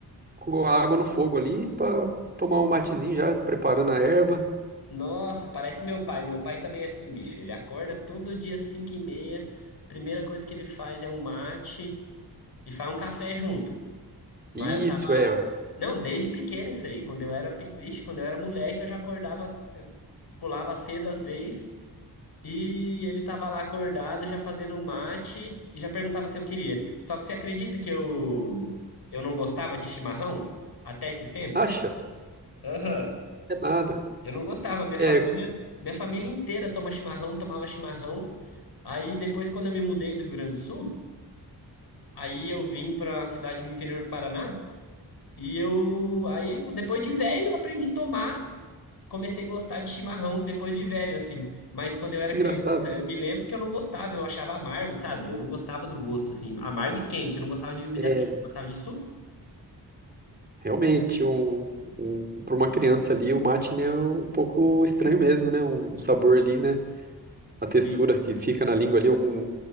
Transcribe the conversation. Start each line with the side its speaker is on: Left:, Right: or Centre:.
Right: com a água no fogo ali pra tomar um matezinho já, preparando a erva.
Left: Nossa, parece meu pai. Meu pai também é assim, bicho. Ele acorda todo dia às 5h30, primeira coisa que ele faz é um mate... e faz um café junto. Mas
Right: Isso,
Left: eu tava.
Right: é, ué.
Left: Não, desde pequeno isso aí. Quando eu era, pe- vixe, quando eu era moleque, eu já acordava, c- pulava cedo às vezes, e ele tava lá acordado, já fazendo um mate, e já perguntava se eu queria. Só que você acredita que eu, eu não gostava de chimarrão até esses tempos?
Right: Acha?
Left: Aham.
Right: É nada.
Left: Eu não gostava, minha
Right: É,
Left: família, minha família inteira toma chimarrão, tomava chimarrão. Aí depois, quando eu me mudei do Rio Grande do Sul, aí eu vim para a cidade no interior do Paraná. E eu, aí, depois de velho, eu aprendi a tomar. Comecei a gostar de chimarrão depois de velho, assim. Mas quando eu era
Right: que
Left: criança,
Right: engraçado.
Left: eu me lembro que eu não gostava, eu achava amargo, sabe? Eu não gostava do gosto, assim. Amargo e quente, eu não gostava de bebida
Right: É,
Left: quente. Você Gostava de suco?
Right: realmente, um, um, para uma criança ali, o mate ele é um pouco estranho mesmo, né? Um sabor ali, né? A
Left: Sim.
Right: textura que fica na língua ali, algum,